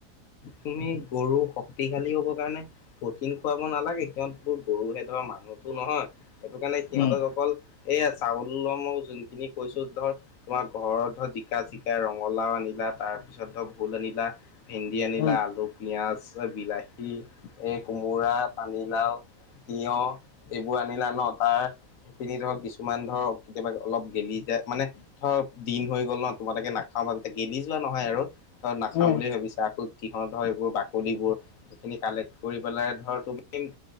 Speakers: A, on the left; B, on the left.
A: তুমি গৰু শক্তিশালী হ'বৰ কাৰণে প্ৰটিন খুৱাব নালাগে, সিহঁতবোৰ গৰুহে ধৰা মানুহতো নহয়। সেইটো কাৰণে সিহঁতৰ
B: উম,
A: অকল এয়া চাউল মই যোনখিনি কৈছো ধৰ তোমাৰ ঘৰত ধৰা জিকা-চিকা ৰঙালাও আনিলা। তাৰ পিছত ধৰক ভোল আনিলা ভেন্দি আনিলা
B: উম,
A: আলু, পিয়াজ, বিলাহী, এই কোমোৰাঁ, পানীলাও, তিয়হ এইবোৰ আনিলা ন তাৰ সেইখিনি ধৰক কিছুমান ধৰক কেতিয়াবা অলপ গেলি যায়। মানে ধৰক দিন হৈ গ'ল ন তোমালোকে নাখাও বা এতিয়া গেলি যোৱা নহয় আৰু। ত নাখাওঁ
B: উম,
A: বুলিয়ে ভাবিছো। কিহৰ ধৰ এইবোৰ বাকলিবোৰ এইখিনি কালেক্ট কৰি পেলাই ধৰ তুমি